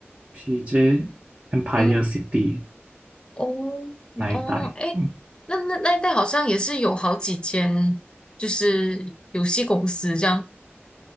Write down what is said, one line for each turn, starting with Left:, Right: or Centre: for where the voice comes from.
Right: ，PJ Empire
Left: 哦
Right: City
Left: 哦
Right: 那一带。
Left: 哦，哎，
Right: 嗯
Left: 那那那一带好像也是有好几间，就是游戏公司这样，